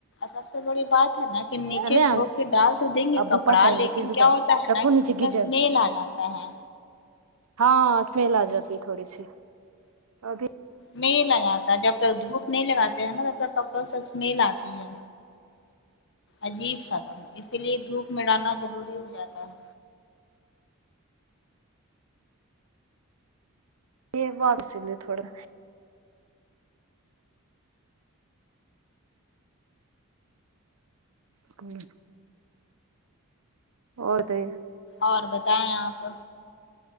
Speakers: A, on the left; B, on the right.
A: سب سے بڑی بات ہے نا کے نیچے
B: چلے
A: دھو کے ڈال تو دیں گے
B: ابو
A: کپڑا
B: پاس جائیں
A: لیکن
B: گے پھر بیٹا
A: کیا ہوتا ہے
B: رکھو
A: نا
B: نیچے
A: کہ اس میں
B: گر جائے
A: اسمیل آ جاتا ہے
B: ہاں اسمیل آ جاتی ہے تھوڑی سی ابھی
A: میل لگاتا ہے جب تک دھوپ نہیں لگاتے ہیں نا تب تک کپڑوں سے اسمیل آتی ہے عجیب سدم اسی لیے دھوپ میں ڈالنا ضروری ہو جاتا ہے
B: یہ باز سلے تھوڑا ہمم اور دے
A: اور بتائیں آپ